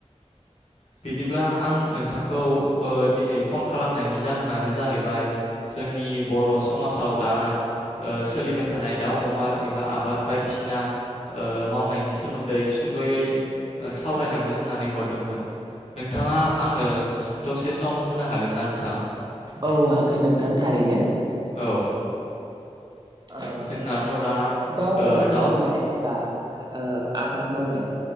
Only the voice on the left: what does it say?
बिदिब्ला आं नोंथांखौ ओ दिनै फन खालामनायनि जाहोनानो जाहैबाय जोंनि बर' समाजाव दा सोलिबाय थानाय दाउ अमा एबा आबाद बायदिसिना मावनायनि सोमोन्दै सुंदयै ओ सावरायलांनो होननानै हरदोंमोन नोंथाङा आंनो दसे सम होनो हागोन ना नोंथां?
औ
जोंनाथ' दा
ओ
दाउ